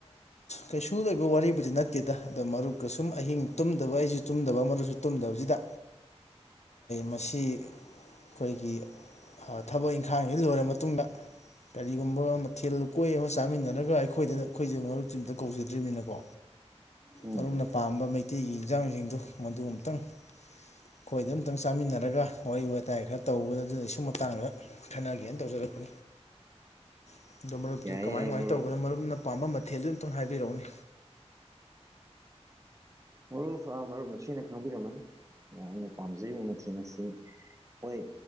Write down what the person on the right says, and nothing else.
ꯎꯝ
ꯌꯥꯏꯌꯦ
ꯌꯥꯏꯌꯦ
ꯃꯔꯨꯞ
ꯃꯔꯨꯞ ꯐꯥ ꯃꯔꯨꯞ ꯅꯁꯦꯅ ꯈꯪꯕꯤꯔꯝꯃꯅꯤ ꯑꯩꯅ ꯄꯥꯝꯖꯔꯤꯕ ꯃꯊꯦꯡ ꯑꯁꯤ ꯑꯣꯏ